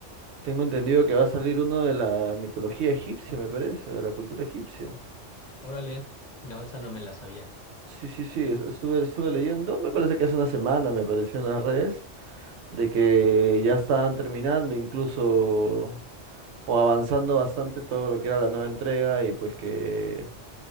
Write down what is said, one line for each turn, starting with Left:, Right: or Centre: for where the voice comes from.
Right: tengo entendido que va a salir uno de la mitología egipcia, me parece, de la cultura egipcia.
Left: Órale, no, esa no me la sabía.
Right: Sí, sí, sí, es- estuve, estuve leyendo, me parece que hace una semana me apareció en las redes, de que ya estaban terminando incluso o avanzando bastante todo lo que era la nueva entrega y pues que,